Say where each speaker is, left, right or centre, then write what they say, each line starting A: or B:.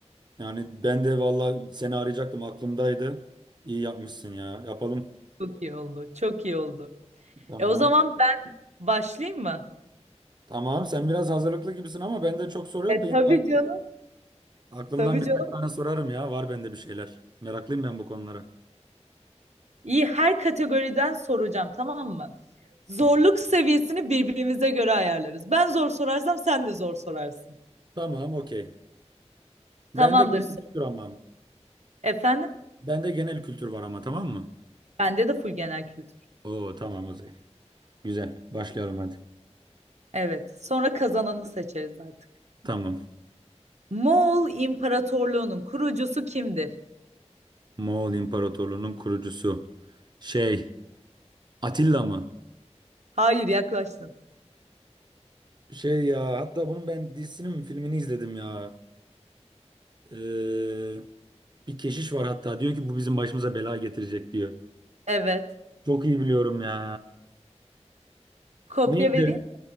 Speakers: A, on the right; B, on the right.
A: Yani ben de valla seni arayacaktım aklımdaydı. İyi yapmışsın ya. Yapalım.
B: Çok iyi oldu. Çok iyi oldu.
A: Tamam.
B: E o zaman ben başlayayım mı?
A: Tamam sen biraz hazırlıklı gibisin ama bende çok soru yok
B: E
A: da
B: tabii
A: yine ak-
B: canım.
A: aklımdan
B: Tabii
A: birkaç
B: canım.
A: tane sorarım ya. Var bende bir şeyler. Meraklıyım ben bu konulara.
B: İyi her kategoriden soracağım tamam mı? Zorluk seviyesini birbirimize göre ayarlarız. Ben zor sorarsam sen de zor sorarsın.
A: Tamam okey.
B: Tamamdır.
A: Bende genel kültür ama.
B: Efendim?
A: Bende genel kültür var ama tamam mı?
B: Bende de full genel kültür.
A: Oo tamam o zaman. Güzel. Başlıyorum hadi.
B: Evet. Sonra kazananı seçeriz artık.
A: Tamam.
B: Moğol İmparatorluğu'nun kurucusu kimdir?
A: Moğol İmparatorluğu'nun kurucusu. Şey, Atilla mı?
B: Hayır yaklaştın.
A: Şey ya hatta bunun ben dizisini mi filmini izledim ya. Ee, bir keşiş var hatta diyor ki bu bizim başımıza bela getirecek diyor.
B: Evet.
A: Çok iyi biliyorum ya.
B: Kopya
A: Neydi?
B: vereyim.